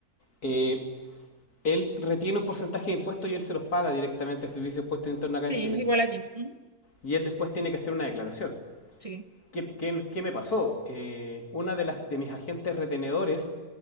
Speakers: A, on the left (about 75°); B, on the right (about 25°).
A: eh, él retiene un porcentaje de impuestos y él se los paga directamente al Servicio de Impuestos Internos acá
B: Sí,
A: en Chile,
B: es igual aquí. Ujú,
A: y él después tiene que hacer una declaración.
B: Sí,
A: ¿Qué, qué, qué me pasó? Eh, una de, las, de mis agentes retenedores